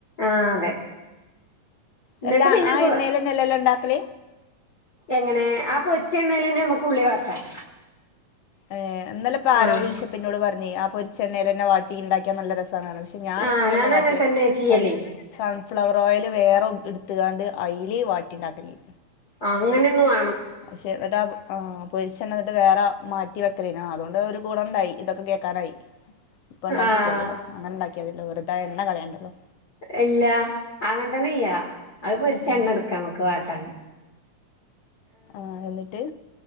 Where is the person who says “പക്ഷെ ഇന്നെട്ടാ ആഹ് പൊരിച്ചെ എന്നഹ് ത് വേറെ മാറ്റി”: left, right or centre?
Left